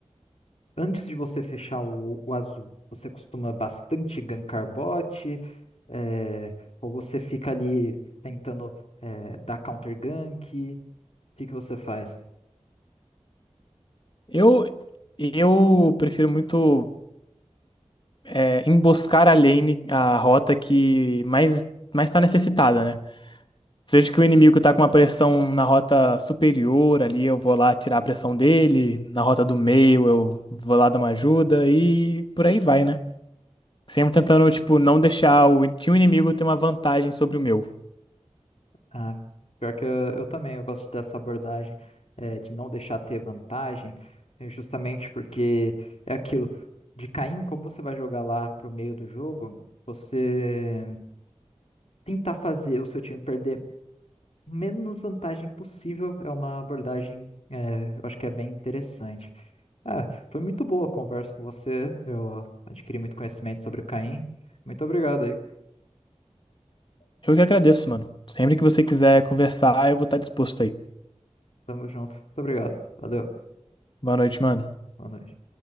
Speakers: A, on the left; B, on the left.
A: Antes de você fechar o, o azul, você costuma bastante gankar bot, é, ou você fica ali tentando é, dar counter gank? O que que você faz?
B: Eu, eu prefiro muito. é, emboscar a lane, a rota que mais mais está necessitada, né? Se eu vejo que o inimigo tá com uma pressão na rota superior ali, eu vou lá tirar a pressão dele, na rota do meio eu vou lá dar uma ajuda e por aí vai, né? Sempre tentando, tipo, não deixar o time inimigo ter uma vantagem sobre o meu.
A: Ah, pior que eu, eu também, eu gosto dessa abordagem, eh, de não deixar ter vantagem, eh, justamente porque é aquilo, de Caim, como você vai jogar lá pro meio do jogo, você tentar fazer o seu time perder menos vantagem possível é uma abordagem, eh, eu acho que é bem interessante. Ah, foi muito boa a conversa com você, eu adquiri muito conhecimento sobre o Caim. Muito obrigado aí,
B: Eu que agradeço, mano. Sempre que você quiser conversar, eu vou estar disposto aí.
A: tamo junto. Muito obrigado, valeu,
B: Boa noite, mano.
A: boa noite.